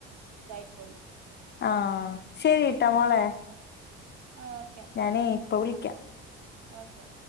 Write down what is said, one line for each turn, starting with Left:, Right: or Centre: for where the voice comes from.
Right: ഇതായിപ്പോയി
Left: ആഹ് ശരീട്ടാ മോളെ.
Right: ആഹ് ഒ
Left: ഞാനേ ഇപ്പ വിളിക്ക്യാ
Right: ഓക്കെ